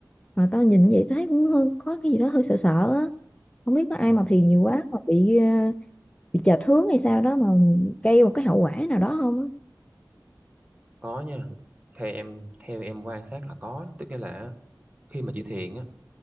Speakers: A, on the left; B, on the right.
A: mà tao nhìn vậy thấy cũng hơi- có cái gì đó hơi sợ sợ á không biết có
B: ừ,
A: ai mà thiền nhiều quá mà bị ờ, bị chệch hướng hay sao đó mà gây một cái hậu quả nào đó không á
B: có nha theo em theo em quan sát là có tức nghĩa là khi mà chị thiền á